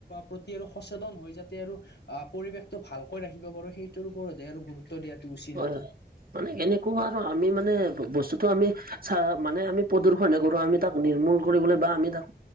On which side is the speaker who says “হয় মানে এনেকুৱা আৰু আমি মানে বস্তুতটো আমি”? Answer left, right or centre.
Right